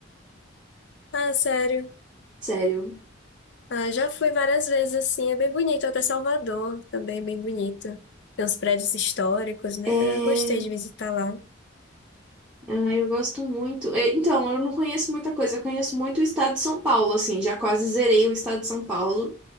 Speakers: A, on the left; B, in the centre.
A: Ah, sério.
B: Sério.
A: Ah, já fui várias vezes assim, é bem bonito. Até Salvador também, é bem bonito. Tem uns prédios históricos, né?
B: É.
A: Eu gostei de visitar lá.
B: Ah, eu gosto muito. É, Então, eu não conheço muita coisa. Eu conheço muito o estado de São Paulo, assim. Já quase zerei o estado de São Paulo.